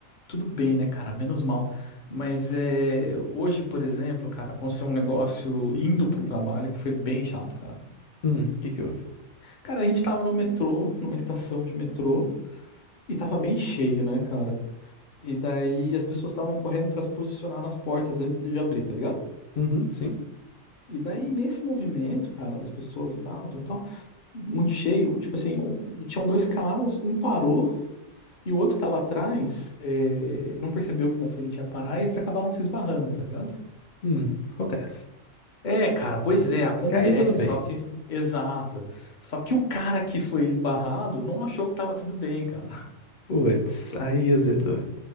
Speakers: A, on the left; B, on the left.
A: tudo bem, né, cara? Menos mal. Mas é, hoje, por exemplo, cara, aconteceu um negócio indo pro trabalho que foi bem chato, cara.
B: Hum, o que que houve?
A: Cara, a gente tava no metrô, numa estação de metrô, e tava bem cheio, né, cara? E daí as pessoas estavam correndo pra se posicionar nas portas antes de abrir, tá ligado?
B: Uhum, sim.
A: E daí, nesse movimento, cara, das pessoas, tal, tal, tal, muito cheio, tipo assim, um- tinham dois caras, um parou e o outro que tava atrás, é, não percebeu que o da frente ia parar e eles acabaram se esbarrando, tá ligado?
B: Hum, acontece.
A: É, cara, pois é, acontece,
B: Até aí tudo bem.
A: só que. Exato. Só que o cara que foi esbarrado não achou que tava tudo bem, cara.
B: Putz, aí azedou.